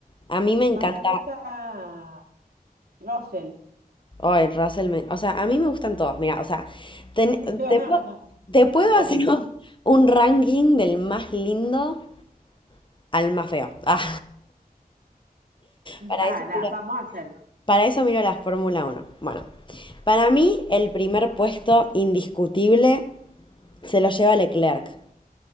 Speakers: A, on the left; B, on the right.
A: A mí me
B: Más
A: encanta.
B: me gusta Russell.
A: Ay, Russell, me- o sea, a mí me gustan todos. Mira, o sea, ten-
B: <laughs>
A: te puedo, te puedo
B: Obvio.
A: hacer <laughs> un un ranking del más lindo al más feo. <laughs> Ah, para
B: Ah,
A: eso
B: da,
A: miro,
B: vamos a hacerlo.
A: para eso miro la Fórmula uno Bueno, para mí el primer puesto indiscutible se lo lleva Leclerc.